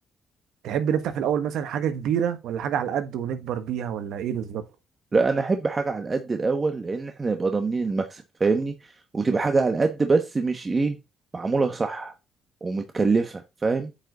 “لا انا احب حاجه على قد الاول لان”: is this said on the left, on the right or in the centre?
Right